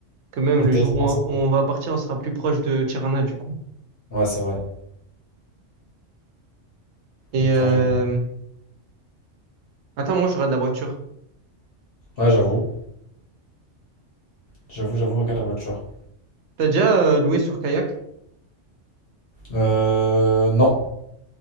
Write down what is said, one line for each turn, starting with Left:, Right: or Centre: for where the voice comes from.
Right: Que même
Left: Hôtel
Right: le jour
Left: 35
Right: où on, où on va partir, on sera plus proche de Tirana, du coup.
Left: Ouais, c'est vrai.
Right: Et
Left: Attends,
Right: euh...
Left: je regarde.
Right: attends, moi, j'aurai de la voiture.
Left: Ouais, j'avoue. J'avoue, j'avoue, regarde la voiture.
Right: T'as déjà euh, loué sur Kayak?
Left: Euh. Non.